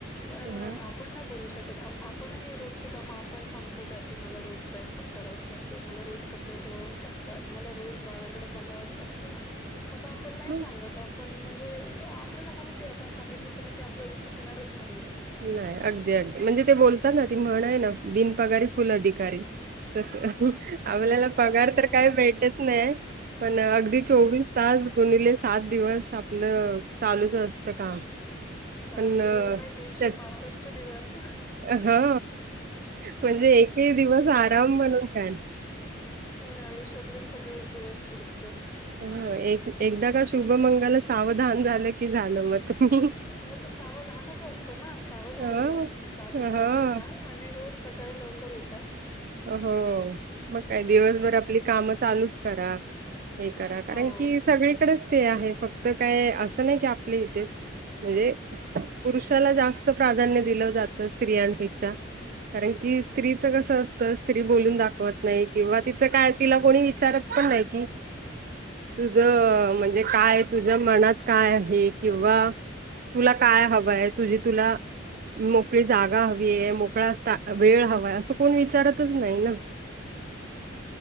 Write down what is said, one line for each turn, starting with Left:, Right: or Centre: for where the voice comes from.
Left: पण आपण
Right: हा
Left: नाही बोलू शकत. आपणही रोजची कामं आपण सांगतो का की मला रोज स्वयंपाक करावाच लागतो मला रोज कपडे धुवावंच लागतं. मला रोज बाळाकडे बघावंच लागतं असं आपण नाही
Right: हा
Left: सांगत. आपण म्हणजे आपल्याला माहिती आहे आपण सांगितलं तरी ते आपल्याला चुकणारच नाहीय.
Right: नाही अगदी अगदी म्हणजे ते बोलतात ना ती म्हणय ना बिन पगारी फुल अधिकारी तस आपल्याला पगार
Left: खरंच आहे
Right: तर काय भेटत नाही. पण अगदी चोवीस तास गुणिले सात दिवस आपलं चालूच असत काम
Left: सात
Right: पण
Left: दिवस
Right: त्याच
Left: नाही तीनशे पासष्ट दिवस.
Right: हा. म्हणजे एक एक दिवस आराम म्हणून खण
Left: हम् आयुष्यातले सगळेच दिवस पुढचे
Right: हो एक एकदा का शुभमंगाल सावधान झालं की झालं मग तम्
Left: मग ते सावधानच असतं ना सावध व्हायचं
Right: हां
Left: असतंता सावध
Right: हां
Left: व्हा. आणि रोज सकाळी लवकर उठार
Right: हो मग काय दिवसभर आपली काम चालूच करा. हे करा कारण
Left: हो
Right: की सगळीकडेच ते आहे फक्त काय असं नाही की आपले इथे म्हणजे पुरुषाला जास्त प्राधान्य दिलं जातं स्त्रियांपेक्षा कारण की स्त्रीचं कसं अस. स्त्री बोलून दाखवत नाही किंवा तिचं काय तिला कोणी विचारत पण नाही कि तुझं म्हणजे काय तुझ्या मनात काय आहे किंवा तुला काय हवं आहे तुझी तुला? मोकळी जागा हवी आहे मोकळा वेळ हवा असं कोण विचारत. नाही ना